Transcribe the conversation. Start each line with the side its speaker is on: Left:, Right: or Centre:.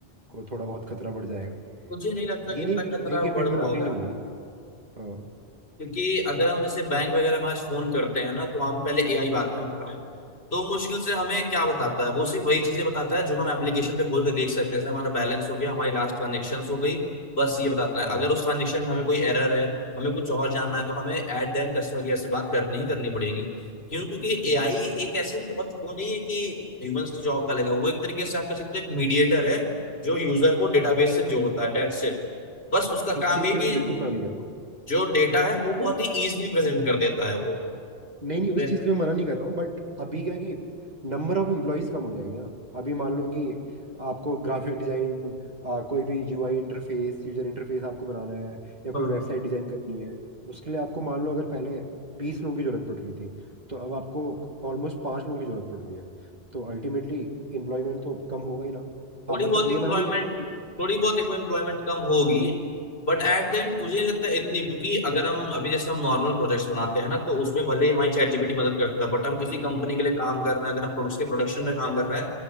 Right: को थोड़ा बहुत खतरा बढ़ जाएगा
Left: मुझे नहीं लगता
Right: ये
Left: कि इतना
Right: नहीं है कि
Left: खतरा
Right: एआई के फील्ड
Left: बढ़
Right: में नौकरी
Left: पाएगा
Right: नहीं मिलेगी हाँ
Left: क्योंकि अगर हम जैसे बैंक वगैरह में आज फोन करते हैं ना तो वहां पे पहले एआई बात करता है तो मुश्किल से हमें क्या बताता है वो सिर्फ वही चीजें बताता है जो हम एप्लीकेशन पे खोल के देख सकते हैं जैसे हमारा बैलेंस हो गया हमारी लास्ट ट्रांजेक्शन हो गई बस ये बताता है
Right: हाँ
Left: अगर उस ट्रांजेक्शन में हमें कोई एरर है हमें कुछ और जानना है तो हमें एट देन कस्टमर केयर से बात करनी ही करनी पड़ेगी क्यों क्योंकि एआई एक ऐसे बहुत वो नहीं है कि ह्यूमंस की जॉब का लेगा वो एक तरीके से आप कह सकते हो एक मीडिएटर है जो यूजर को डेटाबेस से जोड़ता
Right: नहीं,
Left: है डेट्स इट बस
Right: हाँ,
Left: उसका
Right: उस
Left: काम
Right: चीज़
Left: ये
Right: के लिए
Left: कि
Right: मैं बिल्कुल मना नहीं करता हूँ।
Left: जो डेटा है वो बहुत ही इजीली प्रेजेंट कर देता है वो
Right: नहीं नहीं उस
Left: वे-
Right: चीज़ के लिए मैं मना नहीं कर रहा हूँ बट अभी क्या है कि नंबर ऑफ एम्प्लॉयज़ कम हो जाएंगे ना अभी मान लो कि आपको ग्राफिक डिज़ाइन कोई भी यूआई इंटरफेस यूजर इंटरफेस आपको बनाना है या कोई
Left: हाँ
Right: वेबसाइट डिज़ाइन करनी है उसके लिए आपको मान लो अगर पहले बीस लोगों की ज़रूरत पड़ रही थी तो अब आपको ऑलमोस्ट पाँच लोगों की ज़रूरत पड़ रही है तो अल्टीमेटली एम्प्लॉयमेंट तो कम होगा ही ना हाँ
Left: थोड़ी
Right: मतलब
Left: बहुत
Right: ये
Left: इम्प्लॉयमेंट
Right: मना नहीं कर रहा हूँ कि
Left: थोड़ी बहुत एम्प्लॉयमेंट कम होगी बट एट द एंड मुझे नहीं लगता है इतनी क्योंकि अगर हम अभी जैसे हम नॉर्मल प्रोजेक्ट्स बनाते हैं ना तो उसमें भले ही हमारी चैट जीपीटी मदद कर देता है बट हम किसी कंपनी के लिए काम कर रहे हैं अगर हम प्रोडक्ट के प्रोडक्शन में काम कर रहे हैं